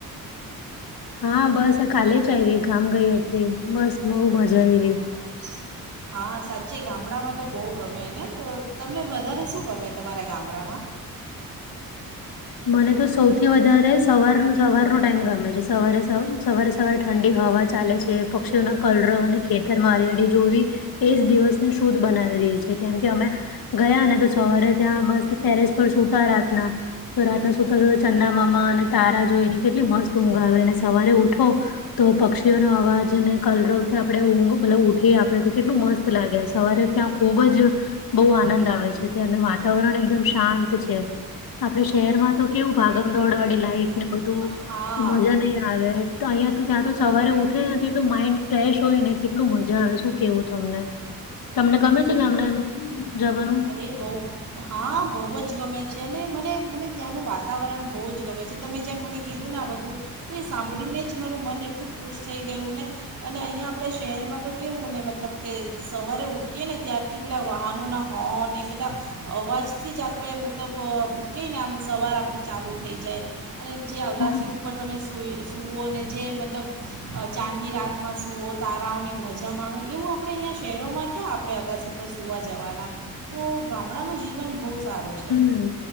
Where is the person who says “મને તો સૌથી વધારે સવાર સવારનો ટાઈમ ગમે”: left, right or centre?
Left